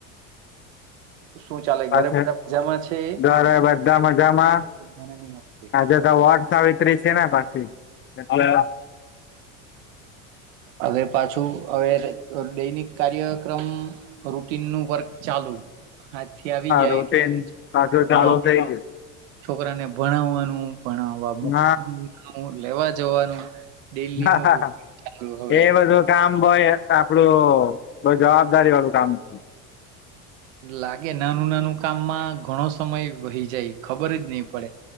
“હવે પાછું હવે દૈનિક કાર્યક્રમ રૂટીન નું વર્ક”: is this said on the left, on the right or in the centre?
Right